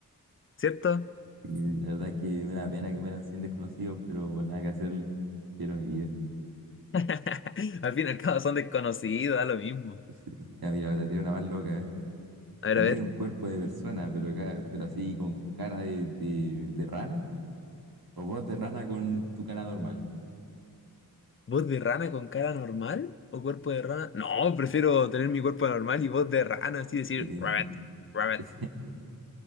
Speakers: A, on the left; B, on the right.
A: ¿cierto?
B: Y la verdad es que una pena que mueran 100 desconocidos, pero nada que hacerle. Quiero mi vida.
A: <laughs> Al fin y al cabo son desconocidos, da lo mismo.
B: Sí. Ya, mira, te tiro una más loca, ¿eh?
A: A ver,
B: Tener
A: a ver.
B: un cuerpo de persona, pero, ca- pero así con cara de, de, de rana, o voz de rana con tu cara normal.
A: ¿Voz de rana con cara normal o cuerpo de rana? No, prefiero tener mi cuerpo normal y voz de rana, así decir,
B: Sí,
A: rabbit, rabbit.
B: <laughs> sí.